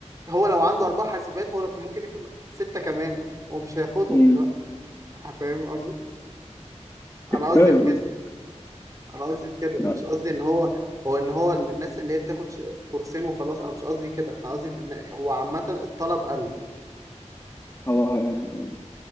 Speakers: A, on the right; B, on the left.
A: هو لو عنده اربع حاسبات هو لو كان ممكن ياخد ستة كمان هو مش هياخدهم
B: امم
A: دلوقتي فاهم قصدي انا قصدي
B: فاهم
A: في كده
B: قصدك
A: انا قصدي في كده
B: لا،
A: مش قصدي ان هو هو ان هو الناس اللي هي بتاخد ش- كورسين وخلاص انا مش قصدي كده انا قصدي في ان هو عامه الطلب قل
B: هو